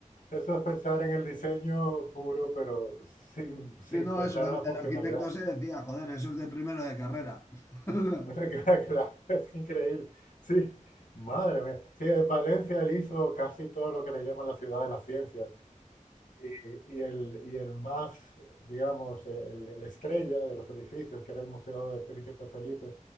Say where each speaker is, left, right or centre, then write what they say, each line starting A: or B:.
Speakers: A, on the left; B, on the left.
A: eso es pensar en el diseño puro, pero sin, sin
B: Sí, no,
A: pensar
B: eso, el,
A: en la funcionalidad.
B: el arquitecto se decía, joder, eso es de primero de carrera. <laughs>
A: <laughs> Claro, Es increíble. Sí, madre mía. Sí, en Valencia él hizo casi todo lo que le llaman la ciudad de las ciencias, Y, y el, y el más, digamos, el, el estrella de los edificios, que era el Museo de Príncipe Felipe,